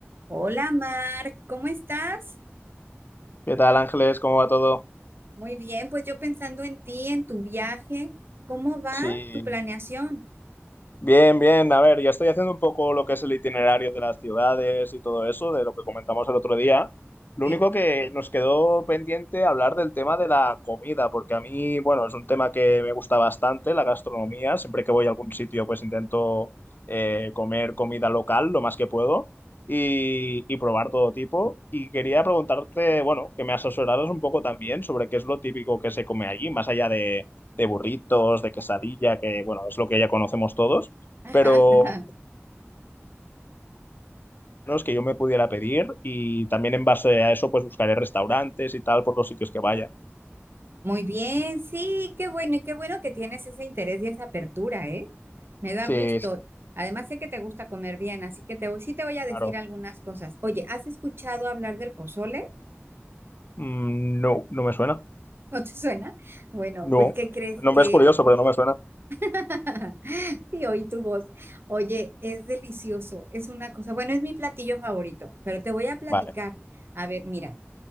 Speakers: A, on the right; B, on the left.
A: Hola Mar, ¿cómo estás?
B: ¿Qué tal, Ángeles? ¿Cómo va todo?
A: Muy bien, pues yo pensando en ti, en tu viaje, ¿cómo va
B: Sí,
A: tu planeación?
B: Bien, bien. A ver, ya estoy haciendo un poco lo que es el itinerario de las ciudades y todo eso, de lo que comentamos el otro día. Lo
A: Sí.
B: único que nos quedó pendiente hablar del tema de la comida, porque a mí, bueno, es un tema que me gusta bastante, la gastronomía. Siempre que voy a algún sitio, pues intento eh, comer comida local lo más que puedo y, y probar todo tipo. Y quería preguntarte, bueno, que me asesoraras un poco también sobre qué es lo típico que se come allí, más allá de de burritos, de quesadilla, que bueno, es lo que ya conocemos todos
A: <laughs> Ajá,
B: pero
A: ajá.
B: menos que yo me pudiera pedir y también en base a eso pues buscaré restaurantes y tal por los sitios que vaya.
A: Muy bien, sí, qué bueno y qué bueno que tienes ese interés y esa apertura, ¿eh? Me da
B: Sí,
A: gusto.
B: sí.
A: Además sé que te gusta comer bien, así que te voy, sí te voy a decir
B: Claro.
A: algunas cosas. Oye, ¿has escuchado hablar del pozole?
B: Mm, no, no me suena.
A: <laughs> ¿No te suena? Bueno, pues
B: No.
A: ¿qué crees
B: El nombre
A: que
B: es curioso, pero no me suena.
A: <laughs> Sí, oí tu voz. Oye, es delicioso, es una cosa, bueno, es mi platillo favorito, pero te voy a platicar.
B: Vale.
A: A ver, mira,